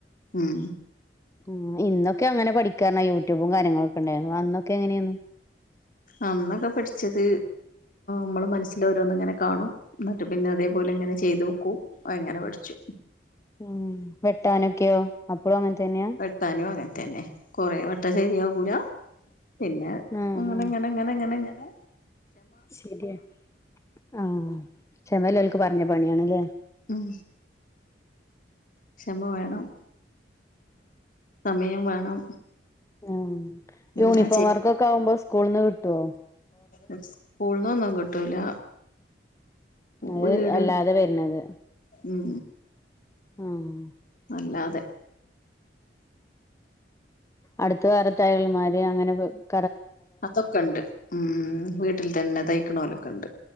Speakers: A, on the left (about 50°); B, on the left (about 15°).
A: ഉം
B: ഉം ഇന്നൊക്കെ അങ്ങെനെ പഠിക്കാർഞ്ഞാ യൂട്യൂബും കാര്യങ്ങളൊക്കെണ്ടായ്ര്ന്നു അന്നൊക്കെ എങ്ങെനേന്നു
A: അന്നൊക്കെ പഠിച്ചത് മ്മള് മനസ്സില് ഓരോന്ന്ങ്ങെനെ കാണും ന്നട്ട് പിന്നെ അതേപോലെ ഇങ്ങെനെ ചെയ്തോക്കൂ അങ്ങെനെ പഠിച്ചു
B: ഉം വെട്ടാനൊക്കെയോ അപ്പളും അങ്ങൻ തന്നെയാ
A: വെട്ടാനും അങ്ങൻതന്നെ കൊറേ വട്ടം സെര്യാവൂലാ പിന്നെ
B: ആ
A: അങ്ങെനെങ്ങെനെങ്ങെനെങ്ങെനെങ്ങെനെ
B: ആ ശെര്യാ ആഹ് ക്ഷമല്ലോൽക്ക് പർഞ്ഞ പണ്യാണ്ലേ
A: ഉം ക്ഷമ വേണം സമയം വേണം
B: ആഹ്
A: എന്നാ
B: യൂണിഫോം വർക്കൊക്കെ ആവുമ്പോ സ്കൂള്ന്ന് കിട്ട്വോ
A: ഉസ്കൂൾന്നൊന്നും കിട്ടൂലാ
B: അത്
A: വീട്
B: അല്ലാതെ വരുന്നത്
A: ഉം
B: ആഹ്
A: അല്ലാതെ
B: അട്ത്ത് വേറെ ടയൽമാര് അങ്ങെനെ <unintelligible>
A: അതൊക്കെ ഇണ്ട്. ഉം വീട്ടിൽ തന്നെ തയ്ക്കണോലൊക്കെ ഇണ്ട്.